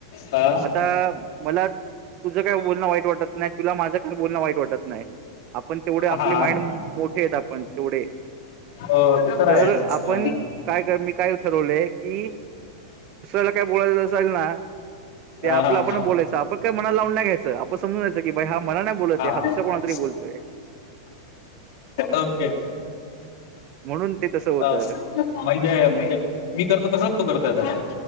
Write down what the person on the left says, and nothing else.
हा
हा
हो ते आहेच.
हा
हा हा
हा
हा
ओके
म्हणजे म्हणजे मी करतो कसच तो करतो आता